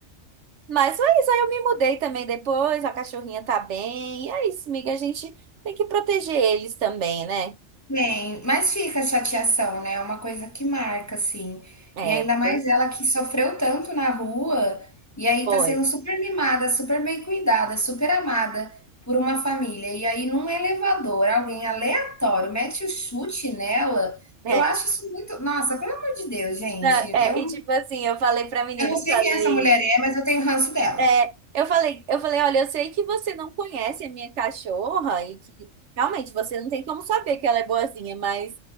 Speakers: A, on the right; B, on the left.
A: Mas foi isso, aí eu me mudei também depois, a cachorrinha tá bem. E é isso, amiga. A gente tem que proteger eles também, né?
B: Tem, mas fica a chateação, né, é uma coisa que marca, assim.
A: É,
B: E ainda mais
A: foi.
B: ela que sofreu tanto na rua, e aí
A: foi.
B: tá sendo super mimada, super bem cuidada, super amada por uma família, e aí num elevador, alguém aleatório mete o chute nela,
A: É.
B: eu acho isso muito nossa, pelo amor de Deus, gente,
A: Não, é,
B: eu
A: e tipo assim, eu falei pra menina,
B: eu não
A: eu
B: sei
A: falei,
B: quem essa mulher é, mas eu tenho ranço dela.
A: é, eu falei, eu falei, olha, eu sei que você não conhece a minha cachorra e que realmente você não tem como saber que ela é boazinha, mas